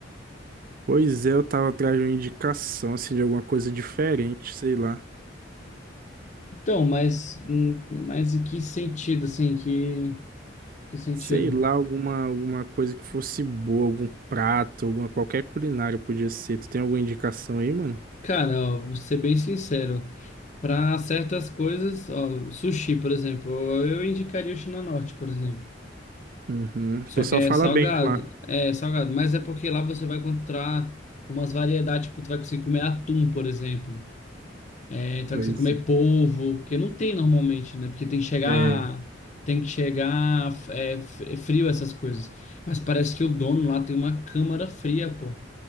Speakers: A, on the right (about 50°); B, on the left (about 40°).
A: Pois é, eu tava atrás de uma indicação, assim, de alguma coisa diferente, sei lá.
B: Então, mas, hum, mas em que sentido, assim, que, que sentido?
A: Sei lá, alguma, alguma coisa que fosse boa, algum prato, alguma, qualquer culinária podia ser. Tu tem alguma indicação aí, mano?
B: Cara, ó, vou ser bem sincero, Para certas coisas, ó, sushi, por exemplo, eu indicaria o China Norte, por exemplo.
A: Uhum. O
B: Só
A: pessoal
B: que é
A: fala
B: salgado,
A: bem de lá.
B: é salgado, mas é porque lá você vai encontrar umas variedades, tipo, tu vai conseguir comer atum, por exemplo. É, então,
A: Pois
B: que você comer
A: é.
B: polvo, porque não tem normalmente, né? Porque tem que chegar,
A: É.
B: tem que chegar é, fr- é frio essas coisas. Mas parece que o dono lá tem uma câmara fria, pô.